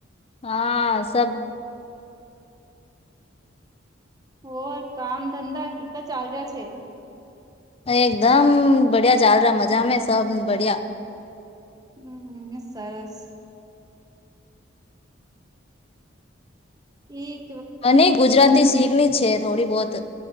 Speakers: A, on the left; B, on the right.
A: હા સબ <inaudible>
B: હો કામ ધંધા ક ચાલ રહ્યા છે
A: એકદમ બડિયા ચાલ ર મજા મે સબ બઢિયા
B: હમ સરસ એ
A: મને ગુજરાતી શીખની છે થોડી બહુત